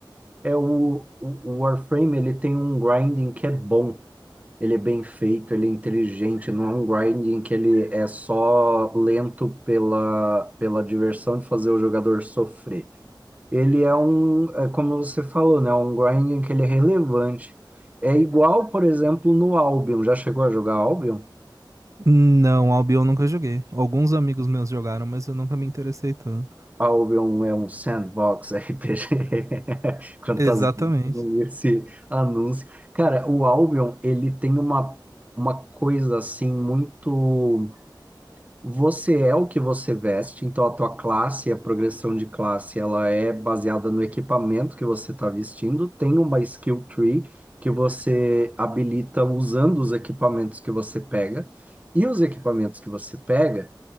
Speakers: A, on the right; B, on the right.
A: É o, o o Warframe, ele tem um grinding que é bom. Ele é bem feito, ele é inteligente, não é um grinding que ele é só lento pela, pela diversão de fazer o jogador sofrer. Ele é um, é como você falou, né? Um grinding que ele é relevante. É igual, por exemplo, no Albion. Já chegou a jogar Albion?
B: Não, Albion eu nunca joguei. Alguns amigos meus jogaram, mas eu nunca me interessei tanto.
A: Albion é um sandbox RPG. <laughs> Quantas
B: Exatamente.
A: vezes eu não li esse anúncio. Cara, o Albion, ele tem uma, uma coisa assim muito Você é o que você veste, então a tua classe, a progressão de classe, ela é baseada no equipamento que você está vestindo. Tem uma skill tree que você habilita usando os equipamentos que você pega. E os equipamentos que você pega,